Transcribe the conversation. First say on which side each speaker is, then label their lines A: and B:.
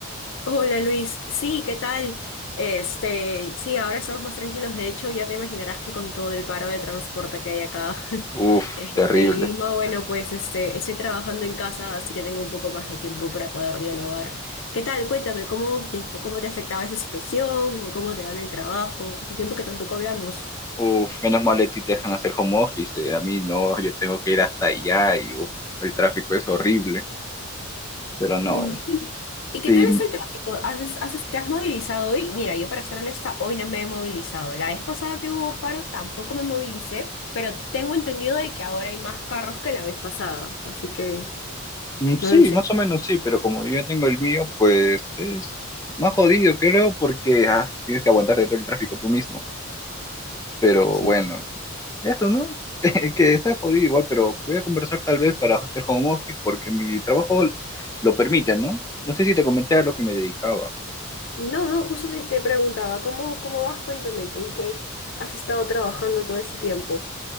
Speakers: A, on the left; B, on the left.
A: Hola Luis, sí, ¿qué tal? Este, sí, ahora estamos más tranquilos. De hecho, ya te imaginarás que con todo el paro de transporte que hay acá <laughs>
B: Uf,
A: este,
B: terrible.
A: en Lima, bueno, pues este, estoy trabajando en casa, así que tengo un poco más de tiempo para poder dialogar. ¿Qué tal? Cuéntame, ¿cómo te, cómo te afectaba esa situación o cómo te va en el trabajo? Hace tiempo que tampoco hablamos.
B: Uf, menos mal a ti te dejan hacer home office, eh, a mí no, yo tengo que ir hasta allá y uf, el tráfico es horrible, pero no,
A: Me imagino.
B: eh,
A: ¿Y qué
B: sí,
A: tal es el tráfico? ¿Haces, haces- te has movilizado hoy? Mira, yo para ser honesta, hoy no me he movilizado. La vez pasada que hubo paro tampoco me movilicé, pero tengo entendido de que ahora hay más carros que la vez pasada, así que
B: Mm, Sí,
A: no lo sé.
B: más o menos sí, pero como yo ya tengo el mío, pues es más jodido, creo, porque ah, tienes que aguantar de todo el tráfico tú mismo. Pero
A: Sí.
B: bueno, eso, ¿no? <laughs> Que, que está jodido igual, pero voy a conversar tal vez para hacer home office porque mi trabajo lo permite, ¿no? No sé si te comenté a lo que me dedicaba.
A: No, no, justo te, te preguntaba, ¿cómo, cómo vas? Cuéntame, ¿en qué has estado trabajando todo este tiempo?